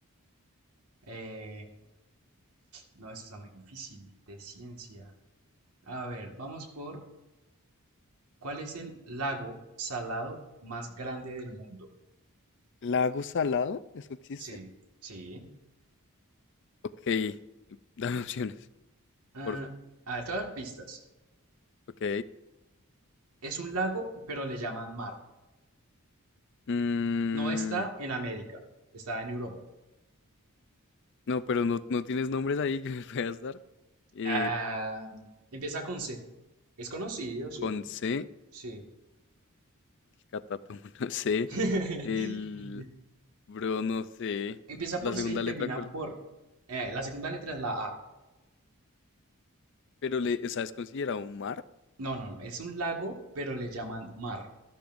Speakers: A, on the right; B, on the left.
A: eh, no, esto está muy difícil de ciencia. A ver, vamos por ¿cuál es el lago salado más grande del mundo?
B: ¿Lago salado? ¿Eso existe?
A: Sí, sí.
B: Ok, dame opciones,
A: Ah,
B: porfa.
A: a ver, te voy a dar pistas.
B: Ok.
A: Es un lago, pero le llaman mar.
B: mm,
A: No está en América, está en Europa.
B: no, pero no, no tienes nombres ahí que me puedas dar. Eh,
A: Ah, empieza con C. Es conocido, sí,
B: Con C,
A: sí.
B: el catatomo no sé,
A: <laughs>
B: <laughs> el bro no sé,
A: Empieza
B: la
A: por
B: segunda
A: C y termina
B: letra cuál
A: por...
B: es,
A: eh, la segunda letra es la A.
B: pero le, sabes es considerado un mar.
A: No, no, no. Es un lago, pero le llaman mar,